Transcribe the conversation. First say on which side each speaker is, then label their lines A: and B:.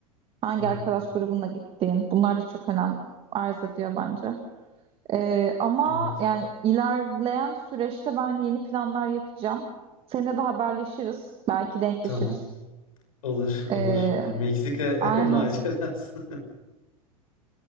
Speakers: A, on the right; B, on the left.
A: Hangi
B: Hı hı.
A: arkadaş grubuna gittiğin. Bunlar da çok önem arz ediyor bence. Ee, ama
B: Evet.
A: yani ilerleyen süreçte ben yeni planlar yapacağım. Seninle de haberleşiriz. Belki denkleşiriz.
B: Tamam. Olur,
A: Ee,
B: olur, olur. Meksika
A: aynen.
B: <laughs> macerası.